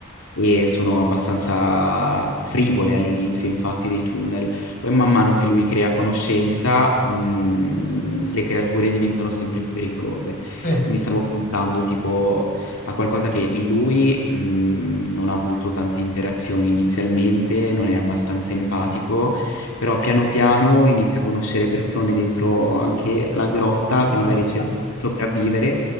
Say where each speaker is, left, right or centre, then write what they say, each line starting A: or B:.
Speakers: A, on the left; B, on the left.
A: e sono abbastanza frivole all'inizio, infatti, dei tunnel. Poi man mano che lui crea conoscenza, mm, le creature diventano sempre più pericolose.
B: Sì, la
A: Quindi stavo pensando tipo a qualcosa che lui, mm, non ha avuto tante interazioni inizialmente, non è abbastanza empatico però piano piano inizia a conoscere persone dentro anche la grotta che magari
B: grotta.
A: cercano di sopravvivere